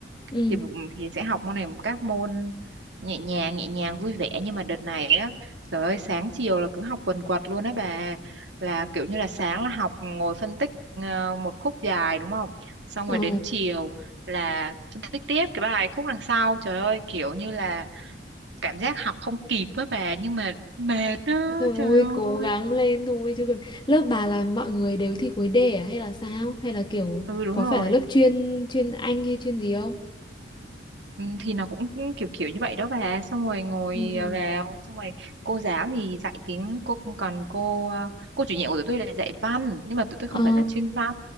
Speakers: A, on the left; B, on the right.
A: Ừ
B: thì thì sẽ học môn này các môn nhẹ nhàng nhẹ nhàng vui vẻ nhưng mà đợt này á trời ơi sáng chiều là cứ học quần quật luôn á bà là kiểu như là sáng là học ngồi phân tích ờ, một khúc dài đúng không xong
A: Ồ
B: rồi đến chiều là phân tích tiếp cái bài khúc đằng sau trời ơi kiểu như là cảm giác học không kịp á bà nhưng mà mệt á
A: Thôi
B: trời ơi
A: cố gắng lên thôi chứ còn lớp bà là mọi người đều thi khối D à? hay là sao? Hay là kiểu
B: ừ đúng
A: có
B: rồi
A: phải là lớp chuyên chuyên Anh hay chuyên gì không?
B: Ừ, thì nó cũng kiểu kiểu như vậy đó bà xong rồi ngồi
A: Ừ.
B: ờ, vào xong rồi cô giáo thì dạy tiếng cô còn cô ờ, cô chủ nhiệm của tụi tôi là dạy văn nhưng mà tụi tôi
A: Ờ
B: không phải là chuyên văn